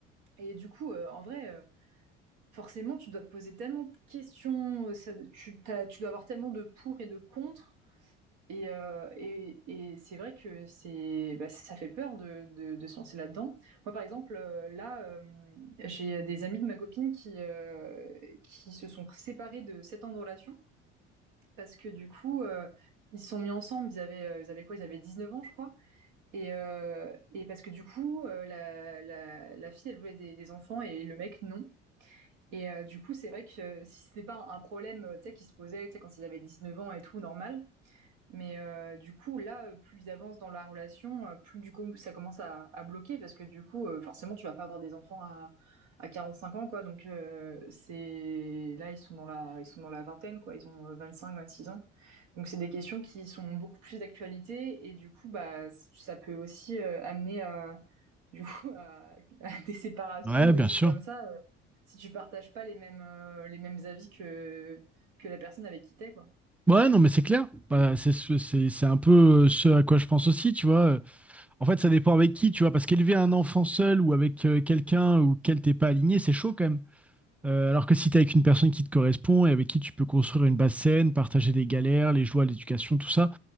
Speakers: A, on the right (about 75°); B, in the centre.
A: Et du coup, euh, en vrai, euh, forcément, tu dois te poser tellement de questions, euh, ça- tu, t'as- tu dois avoir tellement de pour et de contre et, euh, et, et c'est vrai que c'est, bah, ça fait peur de, de, de se lancer là-dedans. Moi, par exemple, euh, là, euh, j'ai des amis de ma copine qui, euh, qui se sont séparés de 7 ans de relation parce que du coup, euh, ils se sont mis ensemble. Ils avaient, euh, ils avaient quoi Ils avaient 19 ans, je crois. Et, euh, et parce que du coup, euh, la, la, la fille, elle voulait des, des enfants et le mec, non. Et euh, du coup, c'est vrai que euh, si c'était pas un problème euh, tu sais, qui se posait tu sais, quand ils avaient 19 ans et tout, normal, mais euh, du coup, là, euh, plus ils avancent dans la relation, euh, plus du coup ça commence à, à bloquer parce que du coup, euh, forcément, tu vas pas avoir des enfants à, à 45 ans, quoi. Donc euh, c'est là, ils sont dans la, ils sont dans la vingtaine, quoi. Ils ont euh, 25, 26 ans. Donc c'est des questions qui sont beaucoup plus d'actualité et du coup, bah, ça peut aussi euh, amener à, du coup, à, à <laughs> des séparations
B: Ouais,
A: ou
B: bien
A: des trucs
B: sûr.
A: comme ça euh, si tu partages pas les mêmes, euh, les mêmes avis que que la personne avec qui t'es, quoi.
B: Ouais, non, mais c'est clair. Bah, c'est ce- c'est- c'est un peu euh, ce à quoi je pense aussi, tu vois. Euh, En fait, ça dépend avec qui, tu vois. Parce qu'élever un enfant seul ou avec euh, quelqu'un auquel t'es pas aligné, c'est chaud quand même. Euh, alors que si t'es avec une personne qui te correspond et avec qui tu peux construire une base saine, partager des galères, les joies, l'éducation, tout ça,